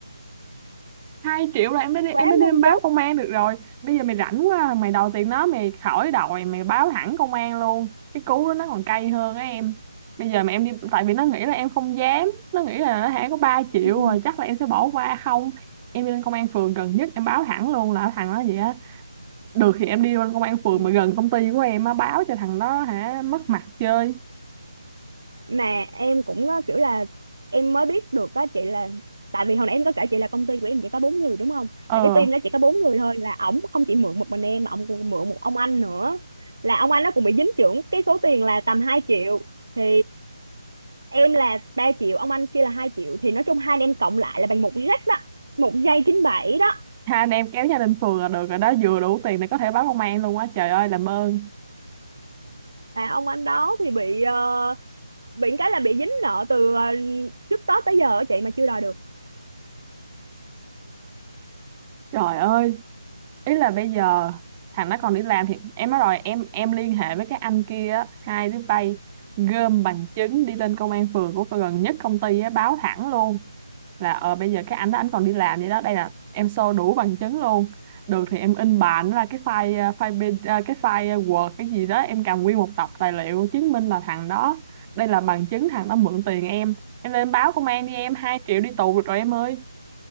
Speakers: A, on the right; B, on the right.
A: hai triệu là em đã đi,
B: quá
A: em đã đi
B: ngu
A: em báo
B: dốt
A: công an được rồi bây giờ mày rảnh quá à, mày đòi tiền nó mày khỏi đòi mày báo thẳng công an luôn cái cú đó nó còn cay hơn á em bây giờ mà em đi tại vì nó nghĩ là em không dám nó nghĩ là nó hả có 3
B: <laughs>
A: triệu rồi chắc là em sẽ bỏ qua không em đi lên công an phường gần nhất em báo thẳng luôn là thằng đó vậy á được thì em đi lên công an phường
B: <clears throat>
A: mà gần công ty của em á báo cho thằng đó hả mất mặt chơi
B: mà em cũng ờ, kiểu là em mới biết được đó chị là tại vì hồi nãy em có kể chị là công ty của em chỉ có bốn người đúng không
A: ờ
B: là cái team đó chỉ có bốn người thôi là ổng không chỉ mượn một mình em mà ổng còn mượn một ông anh nữa là ông anh nó cũng bị dính trưởng cái số tiền là tầm hai triệu thì em là ba triệu ông anh kia là hai triệu thì nói chung hai anh em cộng lại là bằng một jack đó một giây chín bảy đó
A: hai anh em kéo nhau lên phường là được rồi đó vừa đủ tiền để có thể báo công an luôn á trời ơi làm ơn
B: và ông anh đó thì bị ờ, bị cái là bị dính nợ từ ờ, trước Tết tới giờ á chị mà chưa đòi được
A: trời ơi ý là bây giờ thằng nó còn đi làm thì em nói rồi em em liên hệ với các anh kia á, hai đứa bay gom bằng chứng đi lên công an phường của gần nhất công ty á, báo thẳng luôn là ờ bây giờ cái anh đó anh còn đi làm vậy đó đây là em show đủ bằng chứng luôn được thì em in bản ra cái file ờ, file bên- ờ, cái file ờ, Word cái gì đó em cầm nguyên một tập tài liệu chứng minh là thằng đó đây là bằng chứng thằng đó mượn tiền em em lên báo công an đi em hai triệu đi tù được rồi em ơi